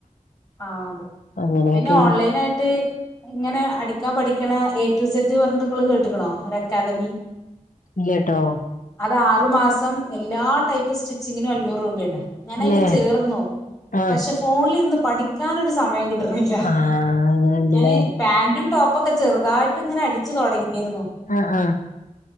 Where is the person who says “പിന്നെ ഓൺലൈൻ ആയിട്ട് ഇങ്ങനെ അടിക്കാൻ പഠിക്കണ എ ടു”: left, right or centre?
Left